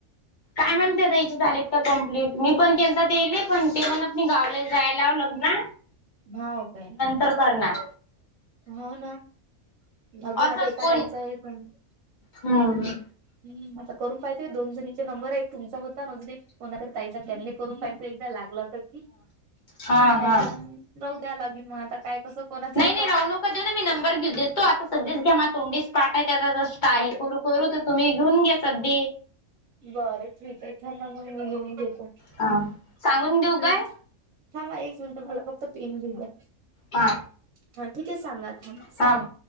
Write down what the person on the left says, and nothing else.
आय म्हण ते द्यायचे झालेत का कं्प्लीट मी पण केल तर तेले पण ते म्हणत मी गावले जायलाव लग्न
तर करणार
असंच
कोण
हम्म
हा हा
हा
राव नूका देऊ ना मी नंबर घेऊ देतो आता सध्याच घ्या म तोंडीस पाठ आहे त्या आहे करू करू तर तुम्ही घेऊन घ्या सध
ह सांगून
देऊ काय
हा
हा